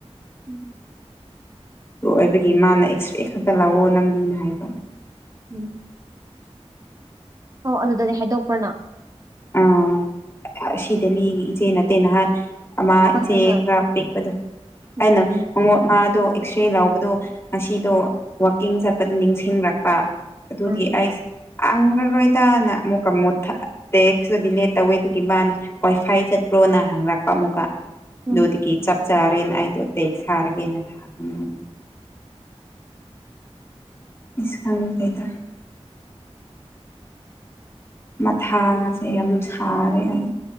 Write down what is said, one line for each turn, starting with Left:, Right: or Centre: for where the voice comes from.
Right: ꯎꯝ
Left: ꯑꯣꯏꯕꯒꯤ ꯃꯥꯅ ꯑꯦꯛꯁꯔꯦ ꯈꯛꯇ ꯂꯥꯛꯑꯣ ꯅꯪꯒꯤꯅ ꯍꯥꯏꯕ
Right: ꯎꯝ ꯑꯣ ꯑꯗꯨꯗꯗꯤ ꯍꯥꯏꯗꯣꯛꯄ꯭ꯔꯅ
Left: ꯎ ꯑꯁꯤꯗꯅꯤ ꯏꯆꯦ ꯅꯠꯇꯦ ꯅꯍꯥꯟ ꯑꯃꯥ
Right: ꯍꯣꯏ
Left: ꯏꯆꯦ
Right: ꯍꯣꯏ ꯍꯣꯏ
Left: ꯈꯔ ꯄꯤꯛꯄꯗꯣ
Right: ꯎꯝ
Left: ꯑꯩꯅ ꯍꯉꯣꯠ ꯃꯥꯗꯣ ꯑꯦꯛꯁꯔꯦ ꯂꯥꯎꯕꯗꯣ ꯉꯁꯤꯗꯣ ꯋꯥꯋꯥꯛꯀꯤꯡ ꯆꯠꯄꯗ ꯅꯤꯡꯁꯤꯡꯂꯛꯄ ꯑꯗꯨꯗꯤ
Right: ꯎꯝ
Left: ꯑꯩꯁꯦ ꯍꯪꯉꯔꯣꯏꯗꯅ ꯑꯃꯨꯛꯀ ꯃꯨꯠꯊ ꯇꯦꯛꯁꯗꯤꯦ ꯇꯧꯋꯦ ꯑꯗꯨꯒꯤ ꯃꯥꯅ ꯋꯥꯏꯐꯥꯏ ꯆꯠꯄ꯭ꯔꯣꯅ ꯍꯪꯉꯛꯄ ꯑꯃꯨꯛꯀ
Right: ꯎꯝ
Left: ꯑꯗꯨꯗꯨꯒꯤ ꯆꯞ ꯆꯥꯔꯦꯅ ꯑꯩꯗꯣ ꯇꯦꯛ ꯁꯥꯔꯒꯦꯅ ꯊꯥꯕꯗ ꯏꯀꯥꯒꯗ ꯃꯊꯥꯁꯦ ꯌꯥꯝ ꯁꯥꯔꯦ ꯑꯩ